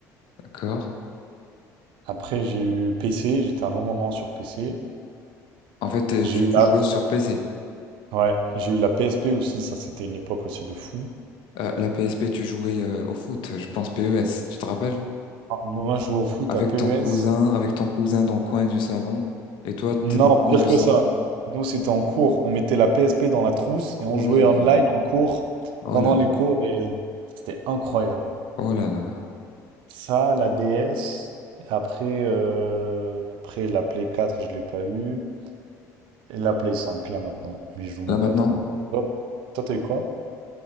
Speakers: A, on the left; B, on the right.
A: D'accord.
B: Après, j'ai eu PC. J'étais un long moment sur PC.
A: En fait, t'es-
B: J'ai
A: tu,
B: eu
A: tu
B: la,
A: jouais sur PC.
B: ouais, j'ai eu la PSP aussi. Ça, c'était une époque aussi de fou.
A: Euh, la PSP, tu jouais euh, au foot, je pense PES, tu te rappelles?
B: Ah, Moi, je jouais au foot
A: Avec
B: à PES.
A: ton cousin, avec ton cousin dans le coin du salon. Et toi,
B: Non,
A: t'es dans le
B: pire
A: coin du
B: que
A: salon.
B: ça. Nous, c'était en cours. On mettait la PSP dans la trousse
A: Oh
B: et on jouait
A: là
B: online
A: là.
B: en cours
A: Oh
B: pendant
A: là là.
B: les cours. Et c'était incroyable.
A: Oh là là.
B: Ça, la DS. Et après, euh, après la Play 4, je l'ai pas eu. Et la Play 5, là, maintenant. Mais je joue même
A: Là maintenant?
B: pas trop. Toi, toi, t'as eu quoi?